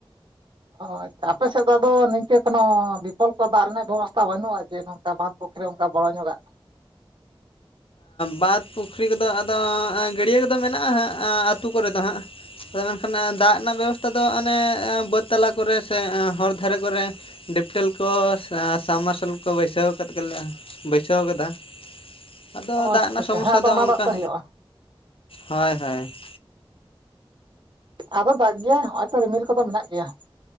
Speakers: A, on the right (about 55°); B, on the left (about 70°).
A: ᱦᱚᱭ ᱛᱚ, ᱟᱯᱮ ᱥᱮᱫ ᱫᱚ ᱟᱫᱚ ᱱᱤᱝᱠᱟᱹ ᱠᱳᱱᱳ ᱵᱤᱯᱚᱞᱯᱚ ᱫᱟᱜ ᱨᱮᱱᱟᱜ ᱵᱮᱵᱚᱥᱛᱷᱟ ᱵᱟᱹᱱᱩᱜ-ᱟ ᱡᱮ ᱱᱚᱝᱠᱟᱼᱼ ᱵᱟᱸᱫᱷ ᱯᱩᱠᱷᱨᱤ ᱚᱱᱠᱟ ᱵᱚᱲᱚ ᱧᱚᱜᱟᱜᱼᱼ
B: ᱵᱟᱸᱫᱽ ᱯᱩᱠᱷᱨᱤ ᱠᱚᱫᱚ ᱟᱫᱚ ᱜᱟᱹᱲᱭᱟᱹ ᱠᱚᱫᱚ ᱢᱮᱱᱟᱜ-ᱟ ᱦᱟᱸᱜ ᱟᱹᱛᱩ ᱠᱚᱨᱮ ᱫᱚ ᱦᱟᱸᱜ ᱾ ᱟᱫᱚ ᱢᱮᱱᱠᱷᱟᱱ ᱫᱟᱜ ᱨᱮᱱᱟᱜ ᱵᱮᱵᱚᱥᱛᱷᱟ ᱫᱚ ᱚᱱᱮ ᱵᱟᱹᱫᱽ ᱛᱟᱞᱟ ᱠᱚᱨᱮ ᱥᱮ ᱦᱚᱨ ᱫᱷᱟᱨᱮ ᱠᱚᱨᱮᱼᱼ ᱰᱤᱯᱴᱮᱞ ᱠᱚ ᱥᱟᱵᱽᱢᱟᱨᱥᱟᱞ ᱠᱚ ᱵᱟᱹᱭᱥᱟᱹᱣ ᱠᱟᱛᱮ ᱞᱮ ᱵᱟᱹᱭᱥᱟᱹᱣ ᱠᱟᱫᱟ ᱾ ᱟᱫᱚ
A: ᱚ
B: ᱫᱟᱜ
A: ᱟᱪᱪᱷᱟ
B: ᱨᱮᱱᱟᱜ
A: ᱟᱪᱪᱷᱟ
B: ᱥᱚᱢᱚᱥᱥᱟ
A: ᱦᱮᱸ ᱟᱫᱚ
B: ᱫᱚ
A: ᱚᱱᱟ
B: ᱚᱱᱠᱟ
A: ᱫᱟᱜ ᱛᱮ ᱦᱩᱭᱩᱜᱼᱟ
B: ᱦᱚᱭ ᱦᱚᱭ ᱾
A: ᱟᱫᱚ ᱫᱟᱜ ᱜᱮᱭᱟᱭ ᱦᱚᱜ-ᱚᱭ ᱛᱚ ᱨᱤᱢᱤᱞ ᱠᱚᱫᱚ ᱢᱮᱱᱟᱜ ᱜᱮᱭᱟ ᱾